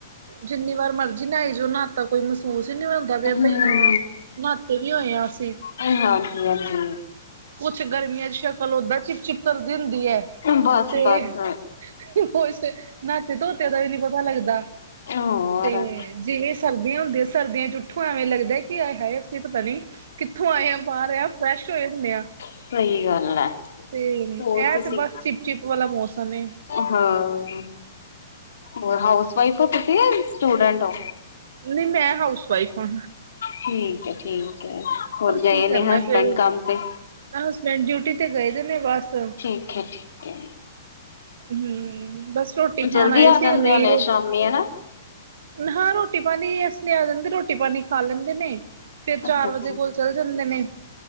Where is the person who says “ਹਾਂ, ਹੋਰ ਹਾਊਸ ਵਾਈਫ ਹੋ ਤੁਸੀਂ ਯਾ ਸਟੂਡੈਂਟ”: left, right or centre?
Left